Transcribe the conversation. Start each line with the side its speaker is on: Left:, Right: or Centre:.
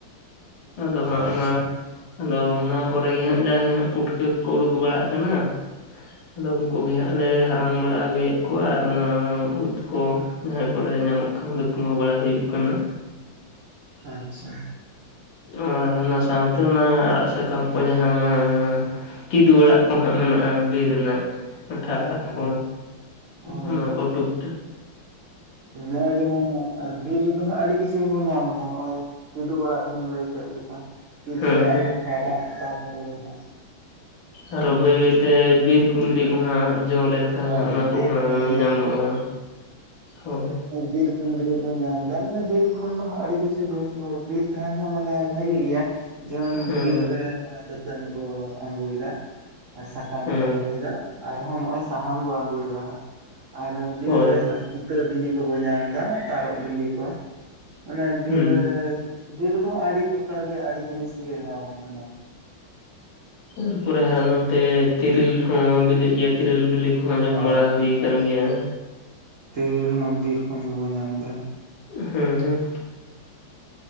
Left: ᱟᱫᱚ ᱦᱟᱸᱜ
Right: ᱟᱪᱪᱷᱟ
Left: ᱚᱱᱟ ᱟᱫᱚ ᱚᱱᱟ ᱠᱚᱨᱮ ᱜᱮ ᱦᱟᱸᱜ ᱡᱮ ᱜᱮ ᱦᱟᱸᱜ ᱯᱩᱴᱠᱟᱹ ᱠᱚᱠᱚ ᱩᱰᱩᱠ ᱵᱟᱲᱟᱜ ᱠᱟᱱᱟ᱾ ᱟᱫᱚ ᱩᱱᱠᱩ ᱜᱮ ᱦᱟᱸᱜ ᱞᱮ ᱦᱟᱞᱟᱝ ᱵᱟᱲᱟ ᱟᱹᱜᱩᱭᱮᱫ ᱠᱚᱣᱟ ᱟᱨ ᱚᱱᱟ ᱩᱫ ᱠᱚ᱾ ᱡᱟᱦᱟᱸᱭ ᱠᱚᱨᱮ ᱧᱟᱢᱚᱜ ᱠᱷᱟᱱ ᱫᱚ ᱩᱛᱢᱟᱹ ᱵᱟᱲᱟ ᱦᱩᱭᱩᱜ ᱠᱟᱱᱟ᱾
Right: ᱟᱪᱪᱷᱟ᱾
Left: ᱟᱨ ᱚᱱᱟ ᱥᱟᱶᱛᱮ ᱚᱱᱟ ᱟᱲᱟᱜ ᱥᱟᱠᱟᱢ ᱠᱚ ᱡᱟᱦᱟᱸ ᱚᱱᱟ ᱠᱤᱫᱩᱵ ᱟᱲᱟᱜ ᱠᱚ ᱦᱟᱸᱜ ᱢᱮᱱᱟᱜᱼᱟ ᱵᱤᱨ ᱨᱮᱱᱟᱜ᱾ ᱢᱟᱴᱷᱟ ᱟᱲᱟᱜ
Right: ᱦᱳᱭ
Left: ᱠᱚ
Right: ᱟᱨ
Left: ᱮᱢᱟ ᱠᱚ ᱴᱩᱠ-ᱴᱟᱠ᱾
Right: ᱱᱚ-ᱚᱭ ᱡᱮᱢᱚᱱ ᱟᱨ ᱵᱤᱨ ᱨᱮᱫᱚ ᱦᱟᱸᱜ ᱟᱹᱰᱤ ᱠᱤᱪᱷᱩ ᱜᱮᱵᱚᱱ ᱧᱟᱢ ᱮᱫᱟ ᱱᱚᱜ-ᱚᱭ ᱠᱤᱫᱩᱵ ᱚᱲᱟᱜ ᱵᱤᱱ ᱞᱟᱹᱭ ᱠᱮᱫ ᱞᱮᱠᱟ᱾ ᱠᱤᱫᱩᱵ
Left: ᱦᱮᱸ
Right: ᱟᱲᱟᱜ,
Left: ᱦᱮᱸ
Right: ᱢᱟᱴᱷᱟ ᱟᱲᱟᱜ ᱛᱟᱨᱯᱚᱨᱮ ᱦᱟᱸᱜ
Left: ᱟᱨᱚ ᱵᱟᱹᱭ ᱵᱟᱹᱭᱛᱮ ᱵᱤᱨ ᱠᱩᱸᱫᱽᱨᱤ ᱠᱚ ᱦᱟᱸᱜ ᱡᱚ ᱞᱮᱱ ᱮᱱᱠᱷᱟᱱ
Right: ᱦᱳᱭ
Left: ᱦᱟᱸᱜ ᱚᱱᱟ
Right: ᱵᱤᱨ
Left: ᱠᱚᱦᱟᱸ
Right: ᱠᱩᱸᱫᱽᱨᱤ
Left: ᱧᱟᱢᱚᱜᱼᱟ, ᱦᱳᱭ᱾
Right: ᱵᱤᱨ ᱠᱩᱸᱫᱽᱨᱤ ᱵᱚᱱ ᱧᱟᱢ ᱮᱫᱟ ᱢᱟᱱᱮ ᱵᱤᱨ ᱠᱷᱚᱱ ᱫᱚ ᱦᱟᱸᱜ ᱟᱹᱰᱤ ᱠᱤᱪᱷᱩ ᱡᱤᱱᱤᱥ ᱠᱚ ᱵᱤᱨ ᱛᱟᱦᱮᱱ ᱦᱚᱸ ᱢᱟᱱᱮ ᱵᱷᱟᱜᱮ ᱜᱮᱭᱟ ᱡᱮᱢᱚᱱ
Left: ᱦᱮᱸ
Right: ᱵᱤᱨ ᱨᱮ ᱱᱚᱜ-ᱚᱭ ᱫᱟᱹᱛᱟᱹᱱᱤ ᱵᱚ ᱟᱸᱜᱩᱭᱮᱫᱟ᱾ ᱮ ᱥᱟᱠᱟᱢ
Left: ᱦᱮᱸ
Right: ᱵᱚ ᱟᱸᱜᱩᱭᱮᱫᱟ, ᱟᱨᱦᱚᱸ ᱱᱚᱜᱼᱚᱭ ᱥᱟᱦᱟᱱ ᱵᱚ ᱟᱸᱜᱩᱭᱮᱫᱟ ᱦᱟᱸᱜ᱾ ᱟᱨ ᱵᱤᱨ
Left: ᱦᱳᱭ
Right: ᱨᱮ ᱦᱟᱸᱜ ᱠᱤᱛᱟᱹ ᱵᱤᱞᱤ ᱠᱚᱵᱚᱱ ᱧᱟᱢ ᱮᱫᱟ, ᱛᱟᱨᱚᱵ ᱵᱤᱞᱤ ᱠᱚ᱾ ᱢᱟᱱᱮ ᱵᱤ
Left: ᱦᱩᱸ
Right: ᱨᱮ, ᱵᱤᱨ ᱨᱮ ᱫᱚ ᱦᱟ ᱟᱹᱰᱤ ᱯᱨᱚᱠᱟᱨ ᱜᱮ, ᱟᱹᱰᱤ ᱡᱤᱱᱤᱥ ᱜᱮ ᱮᱢᱟᱵᱚᱱ ᱠᱟᱱᱟ᱾
Left: ᱛᱟᱨᱯᱚᱨᱮ ᱦᱟᱨᱚ ᱱᱚᱱᱛᱮ ᱛᱤᱨᱤᱞ ᱦᱚᱸ ᱵᱤᱞᱤᱜ ᱜᱮᱭᱟ᱾ ᱛᱮᱨᱤᱞ ᱵᱤᱞᱤ ᱠᱚᱦᱚᱸ ᱡᱚᱢ
Right: ᱦᱳᱭ
Left: ᱵᱟᱲᱟ ᱦᱩᱭ ᱠᱟᱱ ᱜᱮᱭᱟ᱾
Right: ᱛᱤᱨᱤᱞ ᱦᱚᱸ ᱵᱤᱨ ᱠᱷᱚᱱ ᱜᱮᱵᱚᱱ ᱧᱟᱢ ᱮᱫᱟ ᱦᱟᱸᱜ᱾
Left: ᱦᱩᱸ ᱦᱩᱸ᱾